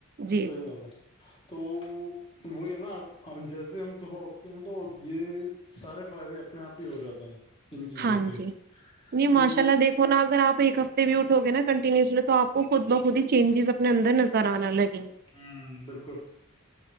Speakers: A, on the right (about 45°); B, on the left (about 25°).
A: جی
B: صحیح
A: جی
B: بات ہے تو وہی یہ نا جیسے ہم صبح اٹھتے ہیں تو یہ سارے فائدے اپنے آپ ہی ہو جاتے ہیں ان چیزوں
A: ہاں
B: کے
A: جی جی
B: تو
A: ماشاء اللہ دیکھو نا اگر آپ ایک ہفتے بھی اٹھو گے نا کنٹینیسلی تو آپ کو خود بخود ہی چینجیز اپنے اندر نظر آنا لگے
B: ہمم بلکل